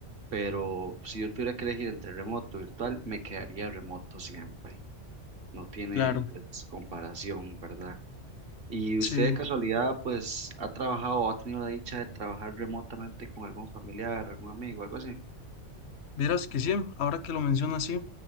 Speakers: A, on the right; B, on the left.
A: pero si yo tuviera que elegir entre remoto y virtual, me quedaría remoto siempre. No tiene
B: claro.
A: pues comparación, ¿verdad? ¿Y
B: Sí,
A: usted de casualidad pues ha trabajado o ha tenido la dicha de trabajar remotamente con algún familiar, algún amigo, algo así?
B: verás que sí, ahora que lo menciona así,